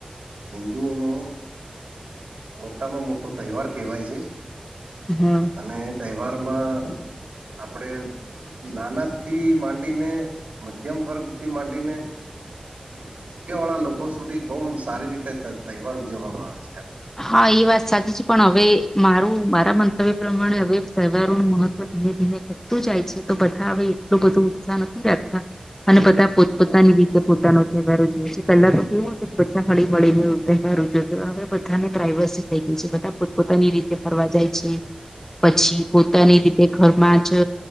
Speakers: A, on the right; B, on the left.
A: હિંદુઓનો મોટામાં મોટો તહેવાર કહેવાય છે.
B: હમ.
A: અને તહેવારમાં આપણેે નાના થી માં ને મધ્યમ વર્ગથી માંડીને રૂપિયા વાળા લોકો સુધી બહુ સારી રીતે તહેવાર ઉજવવામાં આવે છે.
B: હા, એ વાત સાચી છે. પણ હ હવે, મારું મારા મંતવ્ય પ્રમાણે હવે, તહેવારોનું મહત્વ ધીમે ધીમે જાય છે, તો બધા હવે, એટલો બધો ઉત્સાહ નથી રાખતા અને બધા પોત પોતાની રીતે પોતાનો તહેવારો ઉજવે છે. પહેલા તો કેવું હતો કે બધા હળી મળીનો તહેવાર ઉજવતા હવે બધાને પ્રાઇવસી થઈ ગઈ છે. બધા પોતપોતાની રીતે ફરવા જાય છે. પછી પોતાની રીતે ઘરમાં જ